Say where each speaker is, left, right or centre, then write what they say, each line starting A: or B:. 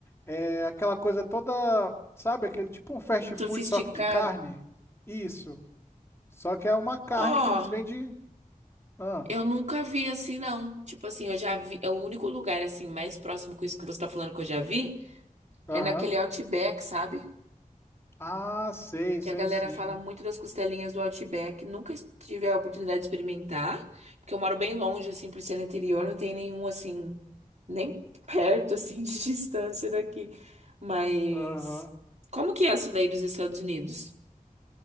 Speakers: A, on the left; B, on the right.
A: é aquela coisa toda, sabe, aquele tipo um fast
B: Sofisticada.
A: food só que de carne. Isso. Só que é uma carne
B: Ó,
A: que eles vendem. Ah,
B: eu nunca vi assim, não. Tipo assim, eu já vi. O único lugar, assim, mais próximo com isso que você tá falando que eu já vi
A: aham.
B: é naquele Outback, sabe?
A: Ah, sei,
B: que
A: sei
B: a galera
A: sim.
B: fala muito das costelinhas do Outback. Nunca es- tive a oportunidade de experimentar, porque eu moro bem longe, assim, por ser no interior, não tem nenhum, assim, nem perto, assim, <laughs> de distância daqui. Mas
A: Aham.
B: como que é essa daí dos Estados Unidos?